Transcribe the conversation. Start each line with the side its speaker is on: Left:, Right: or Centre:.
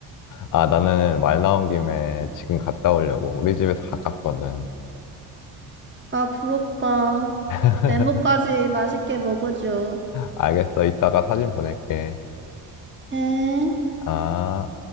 Left: 아, 나는 말 나온 김에 지금 갔다 오려고. 우리 집에서 가깝거든.
Right: 아, 부럽다.
Left: <laughs>
Right: 네모까지 맛있게 먹어줘.
Left: 알겠어. 이따가 사진 보낼게.
Right: 엥?
Left: 아.